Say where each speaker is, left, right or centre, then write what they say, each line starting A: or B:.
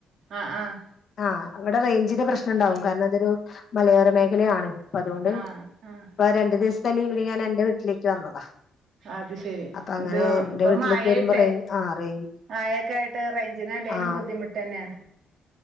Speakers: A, on the right (about 65°); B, on the left (about 55°).
A: ആഹ് ആഹ്
B: ആഹ് അവിടെ റേഞ്ചില് പ്രശ്നംണ്ടാവും കാരണം അതൊരു മലയോര മേഖലയാണ് പ്പതോണ്ട്
A: ആഹ് ആഹ്
B: ഇപ്പൊ രണ്ടു ദിവസത്തെ ലീവിന് ഞാൻ എന്റെ വീട്ടിലേക്ക് വന്നതാ
A: അത് ശെരി
B: അപ്പൊ അങ്ങനെ
A: ഇത്
B: എന്റെ
A: ഇപ്പ
B: വീട്ടിലേക്ക്
A: മായയിട്ടേ
B: വരുമ്പോ റേ ആ റേഞ്ച്
A: മായൊക്കായി ട്ട് റേയ്ഞ്ചിനല്ലെലും
B: ആ
A: ബുദ്ധിമുട്ടന്നെയാണ്